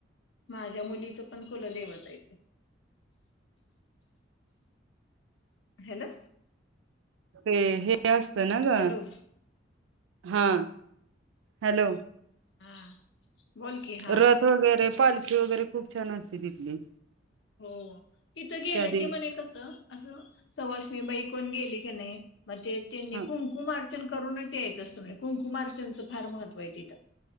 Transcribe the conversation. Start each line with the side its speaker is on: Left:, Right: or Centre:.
Left: माझ्या मुलीचं पण कुलदैवत आहे ते हॅलो
Right: ते हे असतं ना ग
Left: हॅलो
Right: हा हॅलो
Left: हा बोलकी हा
Right: रथ वगैरे पालखी वगैरे खूप छान असते तिथली
Left: हो तिथं गेलं
Right: त्या दे
Left: की म्हणे कसं असं सवाषणी बाई कोण गेली की नाही मग ते त्यांनी
Right: ह
Left: कुंकुमार्चन करूनच यायचं असतं म्हणजे कुंकुमार्चनचं फार महत्त्व आहे तिथं